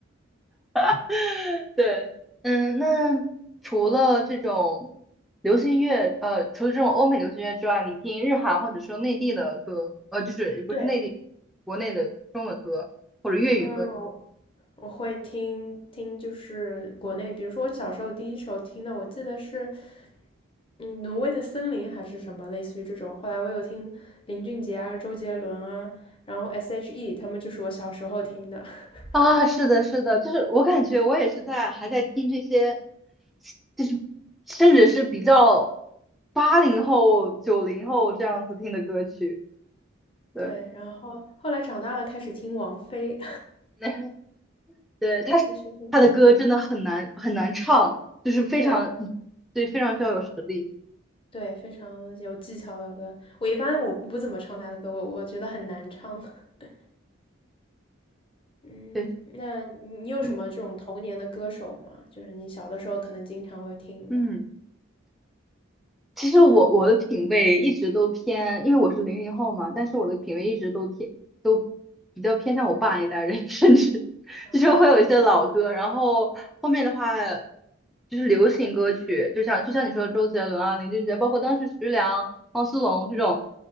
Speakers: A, in the centre; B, on the left (about 25°).
A: <laughs> 对，嗯，那除了这种流行乐，呃，除了这种欧美流行乐之外，你听日韩或者说内地的歌，呃，就是也不是内地，
B: 对，
A: 国内的中文歌或者粤语歌的
B: 嗯，我会听听，就是国内，比如说我小时候第一首听的，我记得是，嗯，挪威的森林还是什么，类似于这种。后来我有听林俊杰啊、周杰伦啊，然后 S.H.E 他们就是我小时候听的。<laughs>
A: 啊，是的，是的，就是我感觉我也是在还在听这些，就是甚至是比较八零后、九零后这样子听的歌曲，对，
B: 对，然后后来长大了开始听王菲，
A: <laughs> 那对，
B: <laughs>
A: 他
B: 其实挺
A: 他 <laughs> 的歌真的很难很难唱，就是非常，
B: 对
A: 对，非常需要有实力。
B: 对，非常有技巧的歌。我一般我不怎么唱她的歌，我我觉得很难唱。<laughs> 嗯，
A: 对。
B: 那你有什么这种童年的歌手吗？
A: 嗯
B: 就是你小的时候可能经常会听的。
A: 嗯，其实我我的品味一直都偏，因为我是零零后嘛，但是我的品味一直都偏都比较偏向我爸那代人，<laughs> 甚至就是会有一些老歌，
B: 哦，
A: 然后后面的话就是流行歌曲，就像就像你说的周杰伦啊、林俊杰，包括当时徐良、汪苏泷这种